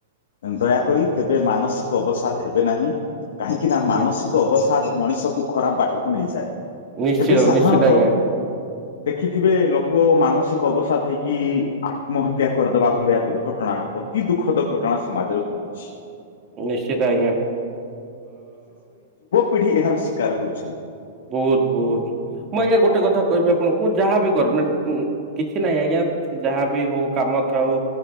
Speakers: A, on the left; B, on the right.
A: ଏଣୁ ଦୟାକରି କେବେ ମାନସିକ ଅବସାଦ ହେବେ ନାହିଁ। କାହିଁକି ନା
B: ଆଜ୍ଞା
A: ମାନସିକ ଅବସା ଠାରୁ ମଣିଷକୁ ଖରାପ ବାଟକୁ ନେଇଯାଏ।
B: ନିଶ୍ଚିତ
A: ଏବେ ସାଧାରଣତଃ
B: ନିଶ୍ଚିତ ଆଜ୍ଞା।
A: ଦେଖିଥିବେ ଲୋକ ମାନସିକ ଅବସାଦ ହେଇକି ଆତ୍ମହତ୍ୟା କରିଦବା ଭଳିଆ ଦୁର୍ଘଟଣା। ଅତି ଦୁଃଖଦ ଘଟଣା ସମାଜରେ ଘଟୁଛି।
B: ନିଶ୍ଚିତ ଆଜ୍ଞା।
A: ପିଢି ଏହାର ଶିକାର ହଉଛନ୍
B: ବହୁତ ବହୁତ। ମୁଁ ଆଜ୍ଞା ଗୋଟେ କଥା କହିବି ଆପଣଙ୍କୁ ମୁଁ ଯାହାବି କର ଉଁ କିଛି ନାହିଁ ସେ ଯାହା ବିି ହଉ କାମ କଥା ହଉ